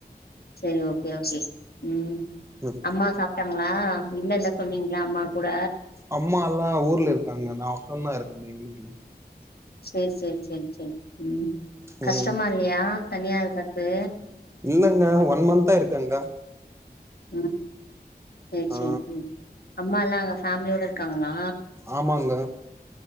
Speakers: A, on the left (about 70°); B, on the right (about 15°).
A: செரி ஓகே ஓகே உம்
B: ம்
A: அம்மா சாப்டாங் ஆஹ் இல்ல இல்ல சொன்னீங்ளா அம்மா கூட
B: அம்மா அல்லா ஊர்ல இருக்காங்க நா ஒருத்தந்தா இரு க பெங்ளூர்ல
A: சேர் சேர் சேர் சேர் உம் கஷ்டமா
B: ம்
A: இல்லியா தனியா இருக்கர்து
B: இல்லங்க ஒன் மந்த் ஆ இருக்கங்கா
A: <inaudible> சேர்
B: ஆ
A: சேர் உம் அம்மாலா அங்க ஃபேம்லியோட இருக்காங்கனா
B: ஆமாங்க